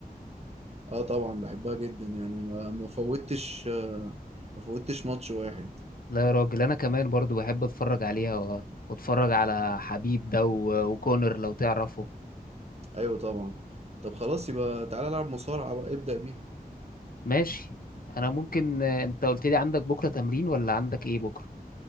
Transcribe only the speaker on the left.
لا يا راجل انا كمان برضو بحب اتفرج عليها و- واتفرج على حبيب ده و- وكونر لو تعرفه
ماشي انا ممكن آه، انت قلت لي عندك بكره تمرين ولا عندك ايه بكره